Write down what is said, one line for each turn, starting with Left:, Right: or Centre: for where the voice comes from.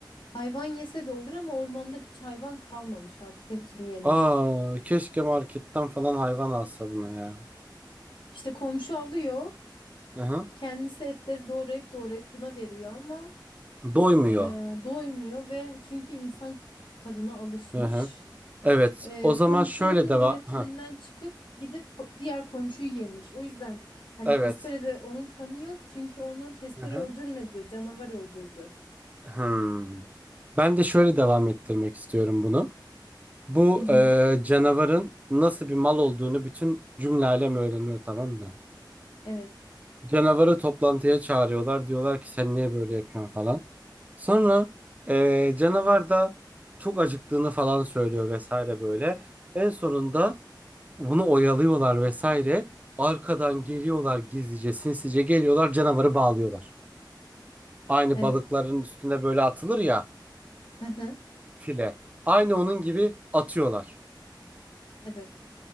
Left: Hayvan yese de olur ama ormanda hiç hayvan kalmamış artık hepsini yemiş.
Right: Aa, keşke marketten falan hayvan alsa buna ya.
Left: İşte komşu alıyor
Right: Hı hı.
Left: kendisi etleri doğrayıp doğrayıp buna veriyor ama
Right: Doymuyor.
Left: e, doymuyor ve çünkü insan tadına alışmış.
Right: Hı hı. Evet.
Left: E,
Right: O zaman
Left: komşunun
Right: şöyle devam.
Left: denetiminden
Right: Hı.
Left: çıkıp gidip ko- diğer komşuyu yemiş. O yüzden hani
Right: Evet.
Left: testerede onun kanı yok çünkü onu testere
Right: Hı hı.
Left: öldürmedi, canavar öldürdü.
Right: Hmm. Ben de şöyle devam ettirmek istiyorum bunu. Bu
Left: Hı hı.
Right: e, canavarın nasıl bir mal olduğunu bütün cümle alem öğreniyor tamam mı?
Left: Evet.
Right: Canavarı toplantıya çağırıyorlar. Diyorlar ki sen niye böyle yapıyorsun falan. Sonra eee, canavar da çok acıktığını falan söylüyor vesaire böyle. En sonunda bunu oyalıyorlar vesaire. Arkadan geliyorlar gizlice sinsice geliyorlar canavarı bağlıyorlar. Aynı
Left: Evet.
Right: balıkların üstüne böyle atılır ya
Left: Hı hı.
Right: file. Aynı onun gibi atıyorlar.
Left: Evet.